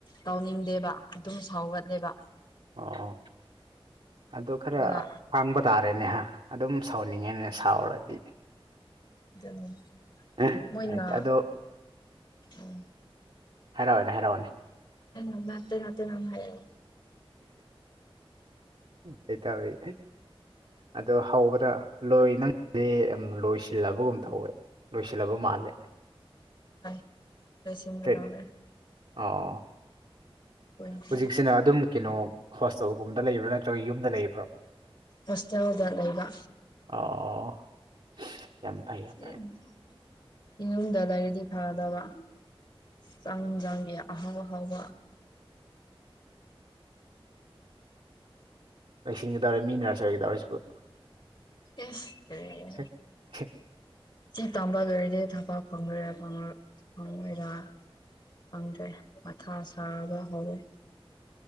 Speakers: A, on the left; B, on the right.
A: ꯇꯧꯅꯤꯡꯗꯦꯕ ꯑꯗꯨꯝ ꯁꯥꯎꯒꯠꯂꯦꯕ
B: ꯑꯣ ꯑꯗꯨ ꯈꯔ
A: ꯑꯗꯨꯅ
B: ꯈꯥꯡꯕ ꯇꯥꯔꯦꯅꯦꯍ ꯑꯗꯨꯝ ꯁꯥꯎꯅꯤꯡꯉꯦꯅ ꯁꯥꯎꯔꯗꯤ
A: ꯑꯗꯨ
B: ꯐꯩꯇꯦ
A: ꯃꯣꯏꯅ
B: ꯑꯗꯣ
A: ꯎꯝ
B: ꯍꯥꯏꯔꯛꯑꯣꯅꯦ ꯍꯥꯏꯔꯛꯑꯣꯅꯦ
A: ꯎꯝ ꯅꯠꯇꯦ ꯅꯠꯇꯦ ꯅꫭ ꯍꯥꯏꯌꯦ
B: ꯁꯤꯇꯧꯔꯤ ꯑꯗꯨ ꯍꯧꯕꯗ ꯂꯣꯏ ꯅꯪꯁꯦ ꯂꯣꯏꯁꯤꯜꯂꯕꯒꯨꯝ ꯇꯧꯋꯦ ꯂꯣꯏꯁꯤꯜꯂꯕ ꯃꯥꯜꯂꯦ
A: ꯍꫭꯏ ꯂꫭꯏꯁꯤꯟꯒꯗꯧꯔꯦ
B: ꯇ꯭ꯔꯦꯟ ꯑꯣ
A: ꯀꯨꯏꯗ꯭ꯔꯦ
B: ꯍꯧꯖꯤꯛꯁꯤꯅ ꯑꯗꯨꯝ ꯀꯩꯅꯣ ꯍꯣꯁꯇꯦꯜꯒꯨꯝꯕꯗ ꯂꯩꯕ꯭ꯔꯥ ꯅꯠꯇ꯭ꯔꯒ ꯌꯨꯝꯗ ꯂꯩꯕ꯭ꯔꯣ
A: ꯍꯣꯁꯇꯦꯜꯗ ꯂꯩꯕ
B: ꯑꯣ <unintelligible>
A: <unintelligible>
B: ꯌꯥꯝ ꯐꯩ
A: ꯌꯨꯝꯗ ꯂꯩꯔꯗꯤ ꯐꯒꯗꯕ ꯆꯥꯛ ꯏꯟꯖꯥꯡꯒꯤ ꯑꯍꯥꯎ ꯑꯍꯥꯎꯕ
B: ꯂꯩꯁꯤꯡꯒꯗꯧꯔꯦ ꯃꯤꯅꯔꯁ ꯑꯣꯏꯒꯗꯧꯔꯤꯁꯤꯕꯨ
A: ꯏꯁ ꯀꯔꯤꯔ
B: ꯍ <unintelligible>
A: ꯁꯤ ꯇꯥꯝꯕ ꯂꫭꯏꯔꯗꯤ ꯊꯕꯛ ꯐꯪꯗꯣꯏꯔꯥ ꯐꯪꯉꯣꯏ ꯐꯪꯉꫭꯏꯔꯥ ꯐꯪꯖ꯭ꯔꯦ ꯃꯊꯥ ꯁꯥꯕ ꯍꯧꯋꯦ